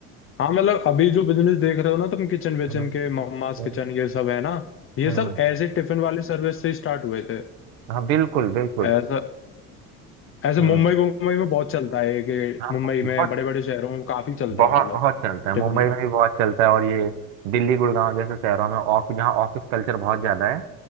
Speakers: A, on the left (about 30°); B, on the right (about 60°).
A: हाँ मतलब अभी जो बिजनेस देख रहे हो ना तुम किचन विचन
B: हम्म
A: के मम्मास
B: हम्म
A: किचन ये सब है ना ये
B: हम्म।
A: सब ऐसे टिफिन वाले सर्विस से स्टार्ट हुए थे
B: हाँ बिल्कुल बिल्कुल
A: ऐसा ऐसे
B: हम्म
A: मुंबई मुंबई में बहुत चलता है कि
B: हाँ
A: मुंबई
B: बहुत
A: में बड़े बड़े शहरों में काफी चलता
B: बहुत
A: है मतलब
B: बहुत चलता है
A: टिफिन
B: मुंबई
A: वाला
B: में भी बहुत चलता है और ये दिल्ली गुड़गांव जैसे शहरों में ऑफिस जहाँ ऑफिस कल्चर बहुत ज्यादा है